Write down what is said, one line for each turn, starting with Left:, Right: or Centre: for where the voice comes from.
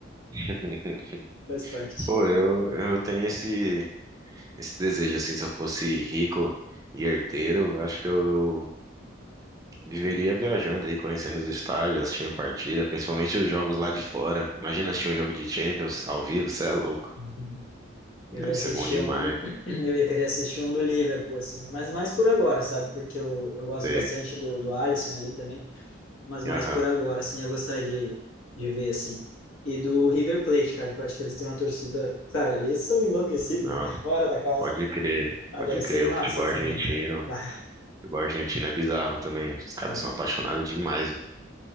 Right: <laughs>
Left: Faz parte.
Right: Pô, eu, eu tenho esse, esse desejo, assim, se eu fosse rico e herdeiro, eu acho que eu viveria viajando aí, conhecendo os estádios, assistindo partida, principalmente os jogos lá de fora. Imagina assistir um jogo de Champions ao vivo, você é louco.
Left: Uhum.
Right: Deve
Left: Eu ia
Right: ser
Left: assistir
Right: bom demais.
Left: um, <clears throat> eu ia querer assistir um do Liverpool, assim, mas mais por agora, sabe? Porque eu, eu gosto
Right: Sei.
Left: bastante do, do Alisson ali também, mas mais
Right: Aham.
Left: por agora, assim, ia gostar de, de ver, assim. E do River Plate, cara, que eu acho que eles têm uma torcida. Cara, eles são enlouquecidos,
Right: Nossa.
Left: né? <laughs> Fora da casa.
Right: Pode crer,
Left: Mas
Right: pode
Left: deve
Right: crer.
Left: ser massa
Right: O futebol argentino,
Left: também, cara.
Right: o
Left: Bah,
Right: futebol argentino é bizarro também. Os caras
Left: É,
Right: são apaixonados demais. mano.